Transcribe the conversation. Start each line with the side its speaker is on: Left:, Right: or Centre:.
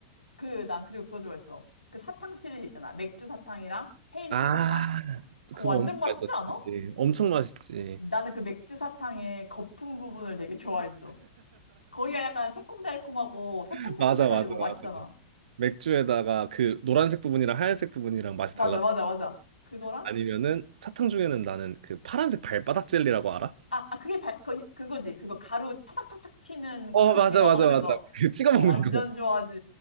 Left: 그, 난 그리고 그거 좋아했어. 그 사탕 시리즈 있잖아. 맥주 사탕이랑 페인트
Right: 아,
Left: 사탕.
Right: 그거
Left: 그거 완전
Right: 엄청
Left: 맛있지
Right: 맛있었지.
Left: 않아?
Right: 엄청 맛있지.
Left: 나는 그 맥주 사탕의 거품 부분을 되게 좋아했어. 거기가 약간 새콤달콤하고 새콤새콤해가지고
Right: <laughs> 맞아, 맞아,
Left: 맛있잖아.
Right: 맞아. 맥주에다가 그 노란색 부분이랑 하얀색 부분이랑 맛이
Left: 맞아,
Right: 달라졌고
Left: 맞아, 맞아. 그거랑
Right: 아니면은 사탕 중에는 나는 그 파란색 발바닥 젤리라고 알아?
Left: 아, 아 그게 발, 거, 그거지. 그거 가루 타닥타닥 튀는
Right: 어,
Left: 가루
Right: 맞아,
Left: 찍어
Right: 맞아,
Left: 먹는
Right: 맞아.
Left: 거.
Right: 그 찍어
Left: 그거
Right: 먹는
Left: 완전
Right: 거.
Left: 좋아하지.